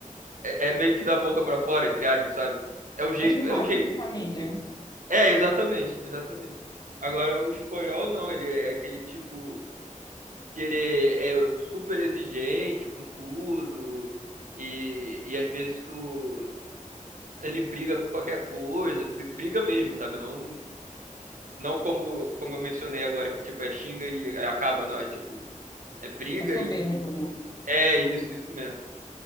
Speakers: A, on the right (about 70°); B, on the left (about 30°).
A: É, é meio que da boca pra fora, entre aspas, sabe? É o jeito,
B: É churrasco
A: é o jeito.
B: de família.
A: É, exatamente, exatamente. Agora o espanhol não, ele é aquele tipo. que ele é super exigente com tudo e, e às vezes tu ele briga com qualquer coisa, br- briga mesmo, sabe? Não não como como eu mencionei agora que tipo é xinga e acaba, não, é tipo é briga
B: É soberbo,
A: e
B: né?
A: é isso, isso mesmo.